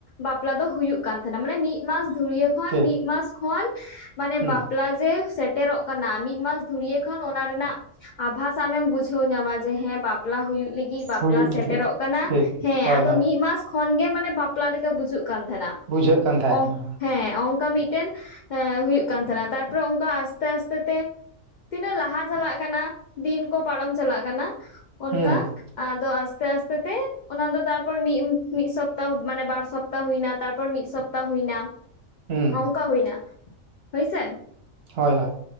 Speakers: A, on the left; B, on the right.
A: ᱵᱟᱯᱞᱟ ᱫᱚ ᱦᱩᱭᱩᱜ ᱠᱟᱱ ᱛᱟᱦᱮᱸᱱᱟ ᱢᱟᱱᱮ ᱢᱤᱫ ᱢᱤᱫ ᱢᱟᱥ ᱫᱷᱩᱨᱭᱟᱹ ᱠᱷᱚᱱ
B: ᱴᱷᱤᱠ
A: ᱢᱤᱫ ᱢᱟᱥ ᱠᱷᱚᱱ ᱢᱟᱱᱮ
B: ᱦᱩᱸ
A: ᱵᱟᱯᱞᱟ ᱡᱮ ᱥᱮᱼᱼ ᱥᱮᱴᱮᱨᱚᱜ ᱠᱟᱱᱟ ᱢᱤᱫ ᱢᱟᱥ ᱫᱷᱩᱨᱭᱟ ᱠᱷᱚᱱ ᱚᱱᱟ ᱨᱮᱱᱟᱜ ᱟᱵᱷᱟᱥ ᱥᱟᱢᱮᱢ ᱵᱩᱡᱷᱟᱹᱣ ᱧᱟᱢᱟ ᱡᱮ ᱦᱮᱸ ᱵᱟᱯᱞᱟ ᱦᱩᱭᱩᱜ ᱞᱟᱹᱜᱤᱫ ᱤ ᱵᱟᱯᱞᱟ
B: ᱦᱩᱭᱩᱜ
A: ᱥᱮᱴᱮᱨᱚᱜ
B: ᱞᱟᱹᱜᱤᱫ
A: ᱠᱟᱱᱟ
B: ᱴᱷᱤᱠ
A: ᱦᱮᱸ
B: ᱦᱳᱭ
A: ᱟᱫᱚ
B: ᱦᱳᱭ
A: ᱢᱤᱫ ᱢᱟᱥ ᱠᱷᱚᱱ ᱜᱮ ᱢᱟᱱᱮ ᱵᱟᱯᱞᱟ ᱞᱮᱠᱟ ᱵᱩᱡᱩᱜ ᱠᱟᱱ ᱛᱟᱦᱮᱸᱱᱟ
B: ᱵᱩᱡᱷᱟᱹᱜ ᱠᱟᱱ ᱛᱟᱦᱮᱸ
A: ᱚ
B: ᱠᱟᱱᱟ
A: ᱦᱮᱸ ᱚᱱᱠᱟ ᱢᱤᱫᱴᱮᱱ ᱦᱮᱸ ᱦᱩᱭᱩᱜ ᱠᱟᱱ ᱛᱟᱦᱮᱱᱟ ᱛᱟᱨᱯᱚᱨᱮ ᱚᱱᱠᱟ ᱟᱥᱛᱮ ᱟᱥᱛᱮ ᱛᱮ ᱛᱤᱱᱟᱹᱜ ᱞᱟᱦᱟ ᱪᱟᱞᱟᱜ ᱠᱟᱱᱟ ᱫᱤᱱ ᱠᱚ ᱯᱟᱨᱚᱢ ᱪᱟᱞᱟᱜ ᱠᱟᱱᱟ ᱚᱱᱠᱟ
B: ᱦᱩᱸ
A: ᱟᱫᱚ ᱟᱥᱛᱮ ᱟᱥᱛᱮ ᱛᱮ ᱚᱱᱟ ᱫᱚ ᱛᱟᱨᱯᱚᱨ ᱢᱤ ᱢᱤᱫ ᱥᱚᱯᱛᱟᱦᱚ ᱢᱟᱱᱮ ᱵᱟᱨ ᱥᱚᱯᱛᱟᱦ ᱛᱟ ᱦᱩᱭ ᱮᱱᱟ ᱛᱟᱨᱯᱚᱨ ᱢᱤᱫ ᱥᱚᱯᱛᱟ ᱦᱩᱭ ᱮᱱᱟ
B: ᱦᱩᱸ
A: ᱚᱱᱠᱟ ᱦᱩᱭ ᱮᱱᱟ ᱦᱳᱭᱥᱮ
B: ᱦᱳᱭ ᱦᱳᱭ